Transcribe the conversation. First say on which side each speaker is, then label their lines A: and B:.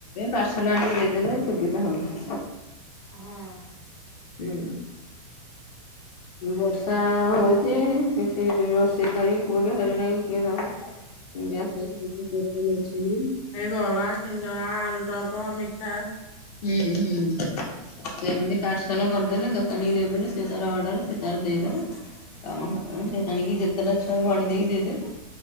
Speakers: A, on the left; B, on the left.
A: ପାର୍ସଲ ଆଣିକି ଦେଇଦେଲେ ସୁବିଧା ହୁଏ।
B: ହଁ
A: ହୁଁ ବର୍ଷା ହଉଛି କିଛି ରୋଷେଇ କରି କୋଉଠି ହଇରାଣ କିଏ ଦବ। <unintelligible>
B: ଏ ବରା ସିନ୍ଦରା ଆଳୁଚପ ମିଠା
A: ହୁଁ ହୁଁ। ସେମତି ପାର୍ସଲ କରିଦେଲେ ଦୋକାନୀକି ଦେଇଦେଲେ ସିଏ ତାର ଅର୍ଡର ସିଏ ତାର ଦେଇଦବ। <unintelligible> ଗଣିକି ଯେତେଟା ଛୁଆ ଗଣି ଦେଇ ଦେବେ